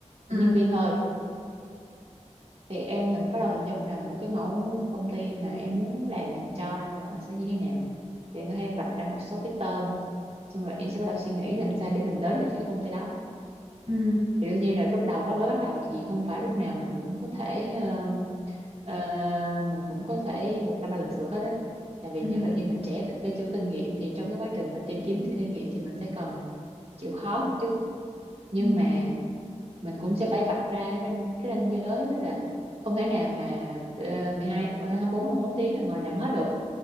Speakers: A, on the right; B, on the right.
A: ừ
B: của nhân viên thôi thì em hình bắt đầu hình dung là một cái mẫu công ty mà em muốn làm cho là họ sẽ như thế nào thì em có thể vạch ra một số cái tên xong rồi em sẽ bắt đầu suy nghĩ làm sao để mình đến được với cái công ty đó
A: ừ
B: thì đương nhiên là lúc đầu bắt mới bắt đầu thì không phải lúc nào mình cũng có thể ờ, ờ, mình cũng có thể work life balance được hết á tại vì
A: ừ
B: nhất là khi mình trẻ mình chưa chưa kinh nghiệm thì trong cái quá trình mà tìm kiếm kinh nghiệm thì mình sẽ cần chịu khó một chút nhưng
A: ừ
B: mà mình cũng sẽ phải vạch ra cái ranh, cái ranh giới đó là không thể nào mà ờ, 12 ờ, hai mươi bốn hai mươi bốn tiếng là ngồi làm hết được